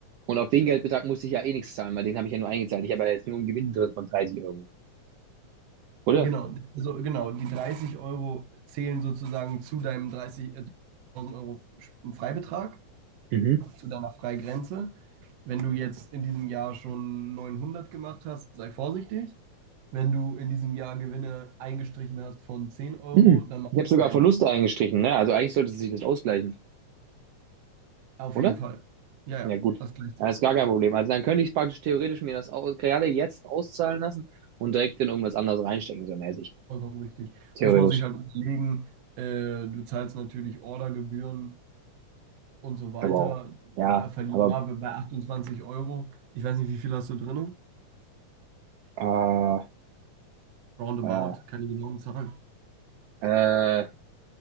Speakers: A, on the right (about 80°); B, on the right (about 65°).
A: Und auf den Geldbetrag muss ich ja eh nichts zahlen, weil den habe ich ja nur eingezahlt. Ich habe ja jetzt nur einen Gewinn drin von 30 Euro, oder?
B: Genau, also genau, die 30 Euro zählen sozusagen zu deinem 30, äh, 1000 Euro Sp- Freibetrag,
A: Mhm.
B: zu deiner Freigrenze. Wenn du jetzt in diesem Jahr schon 900 gemacht hast, sei vorsichtig. Wenn du in diesem Jahr Gewinne eingestrichen hast von 10 Euro,
A: Mhm.
B: dann macht
A: Ich habe
B: das
A: sogar
B: keinen
A: Verluste
B: Sinn.
A: eingestrichen, ne? Also eigentlich sollte sich das ausgleichen,
B: Auf
A: oder?
B: jeden Fall. Ja, ja,
A: Ja, gut.
B: das gleicht
A: Das
B: sich
A: ist
B: aus.
A: gar kein Problem. Also dann könnte ich praktisch theoretisch mir das aus gerade jetzt auszahlen lassen und direkt in irgendwas anderes reinstecken, so mäßig.
B: Vollkommen richtig.
A: Theoretisch.
B: Muss man sich halt überlegen, äh, du zahlst natürlich Ordergebühren und so weiter.
A: Aber auch.
B: Da
A: Ja,
B: verlieren
A: aber
B: wir bei 28 Euro. Ich weiß nicht, wie viel hast du drin?
A: äh,
B: Roundabout,
A: äh,
B: keine genauen Zahlen.
A: äh,